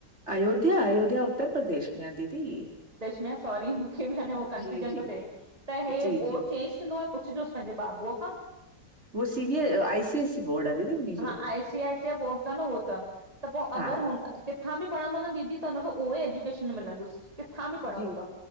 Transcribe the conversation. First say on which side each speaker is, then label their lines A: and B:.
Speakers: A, on the right; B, on the right.
A: अयोध्या अयोध्या उत्तर प्रदेश में आ दीदी।
B: न सॉरी मूंखें ॿी हन कनफ्यूॼन
A: जी, जी,
B: पियो थे त हे
A: जी, जी,
B: बोर्ॾ चेंज थिंदो आ। पुछजोसि पंहिंजे बाबूअ खां।
A: उवो सी ॿीए आई सी एस सी <unintelligible> दीदी जो?
B: हा आइ सी आइसी आ बोर्ड त न उहो त त पोइ
A: हा,
B: अगरि हुन- किथा ॿि पढ़ंदो न दीदी त हुनखे उहो ई एजुकेशन मिलंदुसि। किथां बि पढ़ंदो
A: जी,
B: त,